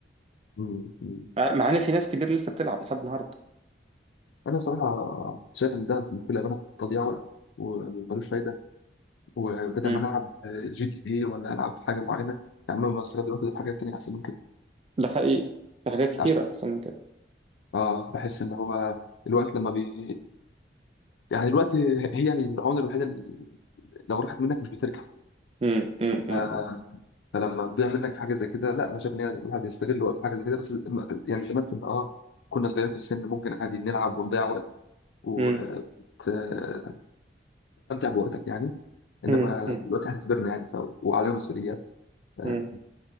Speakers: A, on the left (about 80°); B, on the right (about 35°).
A: مم. مم.
B: مع مع ان في ناس كبير لسه بتلعب لحد النهارده
A: انا بصراحه شايف ان ده بكل امانه تضييع وقت وملوش فايده وبدل
B: امم
A: ما انا العب جي تي اي ولا العب حاجه معينه يا عم بستغل الوقت ده في حاجات تانيه احسن من كده
B: ده حقيقي في حاجات كتير
A: عشان
B: احسن من كده
A: اه بحس ان هو الوقت لما بي يعني دلوقتي هي يعني العمله الوحيده اللي لو راحت منك مش بترجع
B: امم امم
A: ف-
B: امم
A: فلما تضيع منك في حاجه زي كده لا انا شايف ان هي الواحد يستغل وقته في حاجه زي كده بس يعني زمان كنا اه كنا صغيرين في السن ممكن عادي نلعب ونضيع وقت وتستمتع
B: امم
A: بوقتك يعني انما
B: امم امم
A: دلوقتي احنا كبرنا يعني ف... وعلينا مسؤوليات آه،
B: أمم.